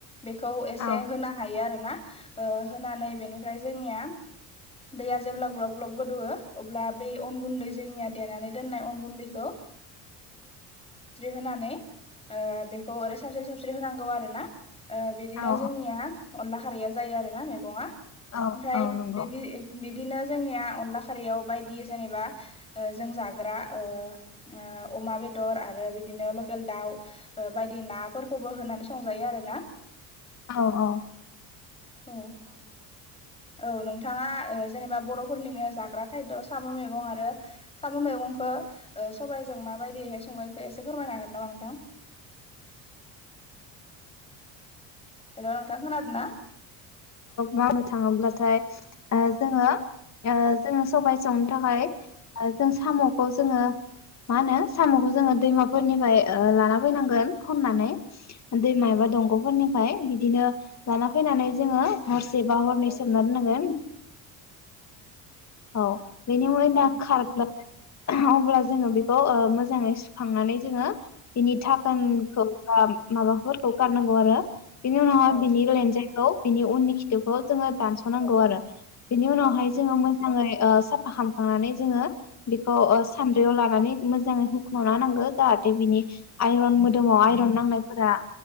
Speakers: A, on the left (about 15°); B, on the left (about 45°).
A: बेखौ एसे
B: औ
A: होनो हायो आरोना। ओ होनानै बेनिफ्राय जोंनिया दैया जेब्ला ग्लब ग्लब गोदौयो अब्ला बै अन गुन्दै जोंनिया देनानै दोननाय अन गुन्दै गुन्दैखौ होनानै बेखौ ओरै साबस्रि साबस्रि होनांगौ आरो ना बिदिनो
B: औ
A: जोंनिया अनला खारैया जायो आरो ना मैगं आ
B: औ
A: ओमफ्राय
B: औ नंगौ
A: बिदि बिदिनो जोंनिया अनला खार फारियाव बायदि जेनेबा जों जाग्रा ओ ओ अमा बेदर आरो बिदिनो लकेल दाउ बायदि नाफोरखौबो होनानै संजायो। आरो ना
B: औ औ
A: औ औ नोंथाङा ओ जेनेबा बर'फोरनिनो जाग्रा खायद' साम' मैगं आरो साम' मैगंखौ सबाइजों माबायदिहाय सङो बेखौ एसे फोरमायनो हागोन नामा नोंथां।
B: <inaudible>
A: हेल' नोंथां खोनादों ना?
B: मावनो थाङोब्लाथाय जोङो ओ जोङो सबाय संनो थाखाय जों साम'खौ जोङो मा होनो साम'खौ जोङो दैमाफोरनिफ्राय लाना फैनांगोन खननानै दैमा एबा दंग'फोरनिफ्राय बिदिनो लाना फैनानै जोङो हरसेबा हरनै
A: औ
B: सोमना दोननांगोन। औ बेनि उनाव
A: औ
B: खार्ला अब्ला जोङो बेखौ मोजाङै सुखांनानै जोङो बिनि थाखोनखौ बा माबाफोरखौ गारनांगौ आरो बिनि उनावहाय
A: औ
B: बिनि लेन्जाय बिनि उननि खिथोबखौ जोङो दानस'नांगौ
A: औ
B: आरो बिनि उनावहाय
A: औ
B: जोङो मोजाङै साफा खालामखांनानै जोङो बेखौ सानद्रियाव लानानै मोजाङै हुख्ल'ना नांगो जाहाथे जाहाथे बिनि आइरन मोदोमाव आइरन नांनायफोरा